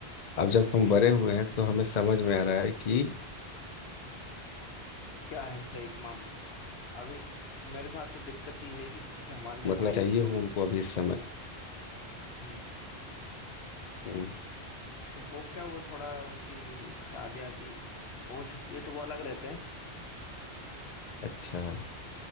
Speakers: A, on the left; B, on the left.
A: अब जब हम
B: सही
A: बड़े हुए हैं तो हमें समझ में आ रहा है कि
B: क्या है सही एक मामला अभी मेरे साथ तो दिक्कत ये है कि जैसे कि हमारे जो
A: मतलब
B: भाई
A: चाहिए
B: हैं,
A: हूँ उनको अभी इस समय
B: हम्म
A: हम्म,
B: तो वो क्या वो थोड़ा उनकी शादी आदि हो चुकी है तो वो अलग रहते हैं
A: अच्छा